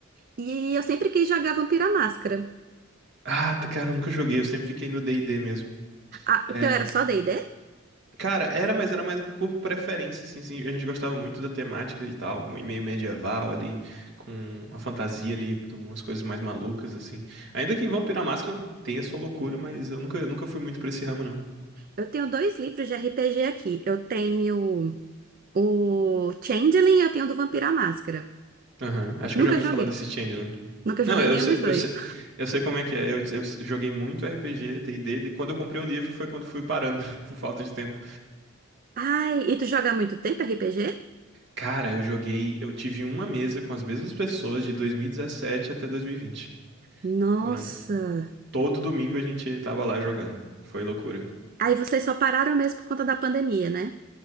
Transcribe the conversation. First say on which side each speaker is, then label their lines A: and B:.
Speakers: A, on the right; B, on the right.
A: E eu sempre quis jogar Vampira Máscara.
B: Ah, t- cara, eu nunca joguei, eu sempre fiquei no D&D mesmo.
A: Ah,
B: É,
A: o teu era só D&D?
B: cara, era, mas era mais por preferência, assim, assim, a gente gostava muito da temática e tal, mu- meio medieval ali, com uma fantasia ali, de umas coisas mais malucas, assim. Ainda que Vampiro à Máscara tenha sua loucura, mas eu nunca, nunca fui muito pra esse ramo, não.
A: Eu tenho dois livros de RPG aqui. Eu tenho o Changeling e eu tenho o do Vampiro à Máscara.
B: Aham, Acho
A: Nunca
B: que eu já ouvi
A: joguei.
B: falar desse Changeling.
A: Nunca
B: Não,
A: joguei
B: eu
A: nenhum
B: sei,
A: dos dois.
B: eu sei, eu sei como é que é, eu, eu joguei muito RPG, D&D, de- quando eu comprei o livro foi quando fui parando, <laughs> por falta de tempo.
A: Ai, e tu joga há muito tempo RPG?
B: Cara, eu joguei. Eu tive uma mesa com as mesmas pessoas de 2017 até 2020.
A: Nossa.
B: Foram. Todo domingo a gente tava lá jogando. Foi loucura.
A: Aí vocês só pararam mesmo por conta da pandemia, né?